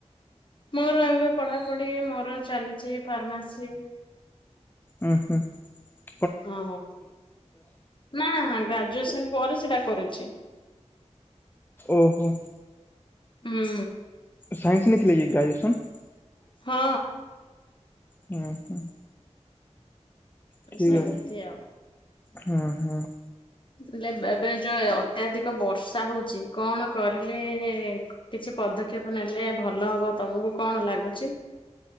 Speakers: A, on the left; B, on the left.
A: ମୋର ଏବେ ପଢାପଢି ମୋର ଚାଲିଛି ଫାର୍ମାସି।
B: ହଁ ହମ୍ଁ
A: ଓହୋ ନା ଗ୍ରାଜୁଏସନ ପରେ ସେଟା କରୁଛି।
B: ଓହୋ।
A: ହୁଁ
B: ସାଇନସ ନେଇଥିଲେ କି ଗ୍ରାଜୁଏସନ୍?
A: ହଁ
B: ହୁଁ ହଁ ଠିକ
A: ସେମିତି
B: ଅ
A: ଆଉ।
B: ହଁ ହଁ।
A: ହେଲେ ଏବେ ଯୋୟ ଅତ୍ୟଧିକ ବର୍ଷା ହଉଛି କଣ କରିଲେ କିଛି ପଦକ୍ଷେପ ନେଲେ ଭଲ ହବ, ତମକୁ କଣ ଲାଗୁଛି?